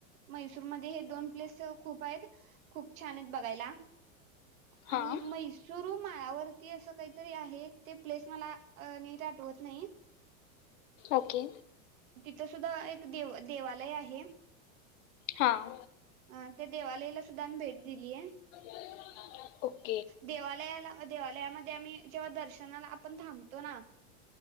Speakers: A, on the right; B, on the left.
A: मैसूरमध्ये हे दोन प्लेस खूप आहेत. खूप छान आहेत बघायला. आणि
B: हा
A: मैसूर माळावरती असं काहीतरी आहे, ते प्लेस मला अ नीट आठवत नाई.
B: ओके.
A: इथ सुद्धा एक देव देवालय आहे.
B: हां
A: ह त्या देवालयला सुद्धा आम्ही भेट दिलीये.
B: <unintelligible>
A: देवालयाला देवालयामध्ये आम्ही जेव्हा दर्शनाला आपण थांबतो ना